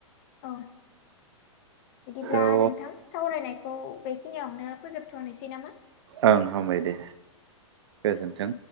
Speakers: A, on the left (about 40°); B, on the right (about 55°).
A: औ बिदिब्ला
B: थ'
A: नोंथां सावरायनायखौ बे खिनियावनो फोजोबथ'नोसै नामा
B: ओं हामबाय दे गोजोनथों